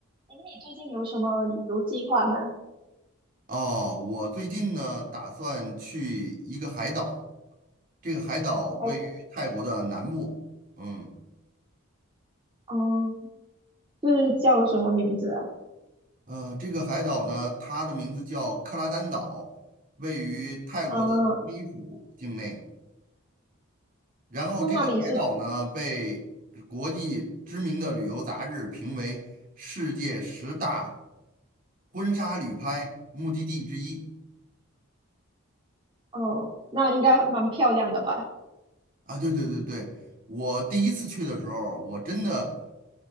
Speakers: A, on the right; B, on the right.
A: 哎，你最近有什么旅游计划吗？
B: 哦，我最近呢打算去一个海岛，这个海岛位于泰国的南部，
A: 哎，
B: 嗯
A: 嗯，是叫什么名字啊？
B: 呃，这个海岛呢，它的名字叫克拉丹岛，位于泰国的董里府境内。
A: 嗯，
B: 然后这个海岛呢，
A: 那那里是，
B: 被国际知名的旅游杂志评为世界十大婚纱旅拍目的地之一。
A: 哦，那应该蛮漂亮的吧？
B: 啊，对对对对，我第一次去的时候，我真的